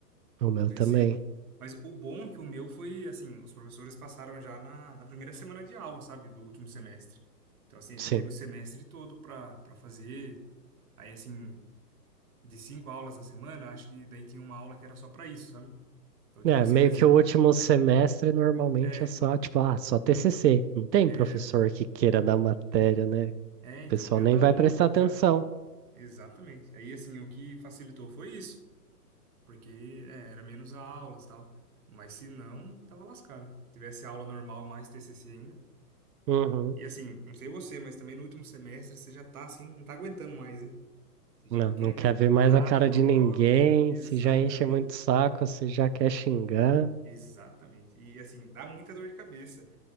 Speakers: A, on the right; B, on the right.
A: O meu
B: Foi
A: também.
B: assim. Mas o bom é que o meu foi, assim, os professores passaram já na, na primeira semana de aula, sabe, do último semestre. Então, assim, a
A: Sim.
B: gente teve o semestre todo para para fazer. Aí, assim, de cinco aulas na semana, acho que daí tinha uma aula que era só para isso, sabe? Então, tipo
A: É,
B: assim,
A: meio
B: um exemplo.
A: que o último semestre normalmente
B: É,
A: é só, tipo, ah, só TCC. Não tem
B: era.
A: professor que queira dar matéria, né? O
B: É, então,
A: pessoal
B: porque já
A: nem
B: tá
A: vai
B: no último
A: prestar atenção.
B: já, né? Exatamente. Aí, assim, o que facilitou foi isso, porque é, era menos aulas e tal. Mas se não, tava lascado. Tivesse aula normal mais TCC ainda.
A: Uhum.
B: E assim, não sei você, mas também no último semestre você já tá assim, não tá aguentando mais, né? Você já
A: Não,
B: quer
A: não quer
B: que acabe
A: ver mais a cara
B: logo.
A: de ninguém.
B: Exatamente,
A: Se já enche muito o saco, se já quer xingar.
B: exatamente. E assim, dá muita dor de cabeça.